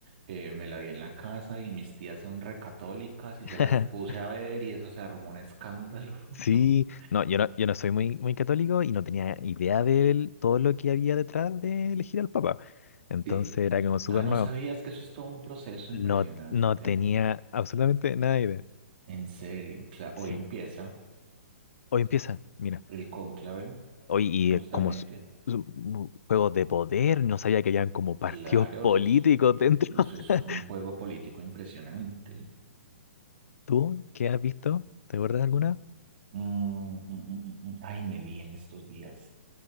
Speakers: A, on the right (about 40°); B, on the left (about 70°).
A: eh, me la vi en la casa y mis tías son recatólicas y
B: <laughs>
A: se las puse a ver y eso se armó un escándalo. <laughs>
B: Sí, no, yo no, yo no soy muy, muy católico y no tenía idea de todo lo que había detrás de elegir al Papa. Entonces
A: Sí.
B: era como súper
A: Ah, no
B: nuevo.
A: sabías que eso es todo un proceso
B: No,
A: impresionante.
B: no tenía absolutamente nada de idea.
A: En serio. Cla-
B: Sí.
A: Hoy empieza
B: Hoy empieza, mira.
A: el cónclave,
B: Hoy y
A: justamente.
B: eh, como s- s- u- juegos de poder, no sabía que habían como partidos
A: Claro,
B: políticos
A: eso es,
B: dentro.
A: eso es
B: <laughs>
A: un juego político impresionante.
B: ¿Tú qué has visto? ¿Te acuerdas de alguna?
A: Mm, mm, mm, mm, mm. Ay, me vi en estos días.